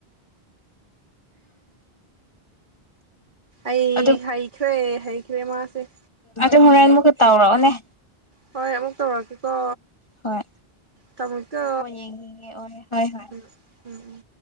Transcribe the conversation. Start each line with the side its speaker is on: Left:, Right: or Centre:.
Right: ꯑꯩ
Left: ꯑꯗꯨ
Right: ꯍꯩꯈ꯭ꯔꯦ ꯍꯩꯈ꯭ꯔꯦ ꯃꯥꯁꯦ
Left: ꯑꯗꯨ ꯍꯣꯔꯜ ꯑꯃꯨꯛ ꯇꯧꯔꯛꯑꯣꯅꯦꯦ
Right: ꯍꯣꯢ ꯑꯃꯨꯛ ꯇꯧꯔꯛꯀꯦꯀꯣ
Left: ꯍꯣꯏ
Right: ꯇꯥꯃꯣꯀ
Left: ꯑꯩ ꯐꯣꯟ ꯌꯦꯡꯈꯤꯒꯦ ꯑꯣꯏ ꯍꯣꯏ ꯍꯣꯏ
Right: ꯎꯝ ꯎꯝ ꯎꯝ